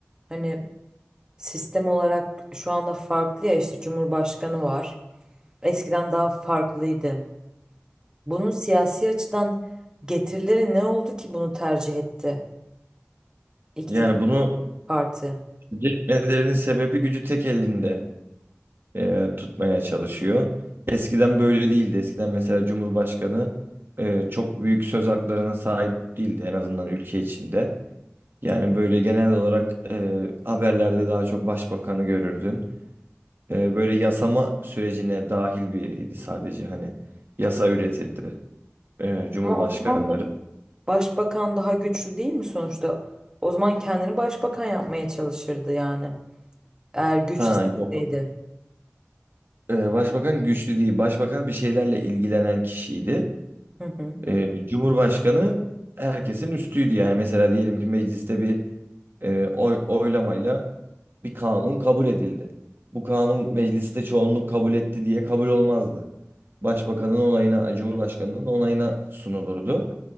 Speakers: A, on the right; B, on the right.
A: hani sistem olarak şu anda farklı ya işte Cumhurbaşkanı var. Eskiden daha farklıydı. Bunun siyasi açıdan getirileri ne oldu ki bunu tercih etti iktidar
B: Yani bunu
A: parti?
B: cezbetmelerinin sebebi gücü tek elinde. e, tutmaya çalışıyor. Eskiden böyle değildi. Eskiden mesela Cumhurbaşkanı e, çok büyük söz haklarına sahip değildi en azından ülke içinde. Yani böyle genel olarak e, haberlerde daha çok başbakanı görürdün. E, böyle yasama sürecine dahil biriydi sadece hani yasa üretirdi e, Cumhurbaşkanları.
A: Ama o zaman da başbakan daha güçlü değil mi sonuçta? O zaman kendini başbakan yapmaya çalışırdı yani. Eğer güç
B: Ha
A: isteseydi.
B: yok. E, başbakan güçlü değil. Başbakan bir şeylerle ilgilenen kişiydi.
A: Hı hı.
B: E, Cumhurbaşkanı herkesin üstüydü yani mesela diyelim ki mecliste bir e, oy, oylamayla bir kanun kabul edildi. Bu kanun mecliste çoğunluk kabul etti diye kabul olmazdı. Başbakanın onayına, Cumhurbaşkanının onayına sunulurdu.